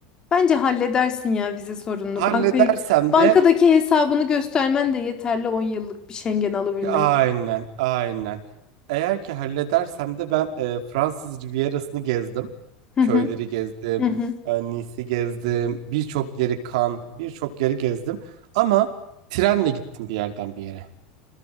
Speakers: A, on the left; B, on the right.
A: Bence halledersin ya vize sorununu.
B: Halledersem
A: Bankaya bankadaki
B: de
A: hesabını göstermen de yeterli 10 yıllık bir Schengen alabilmen.
B: Aynen, aynen. Eğer ki halledersem de ben e, Fransız Rivierası'nı gezdim.
A: Hı
B: Köyleri
A: hı.
B: gezdim,
A: Hı hı.
B: e, Nice'i gezdim, birçok yeri Cannes, birçok yeri gezdim. Ama trenle gittim bir yerden bir yere.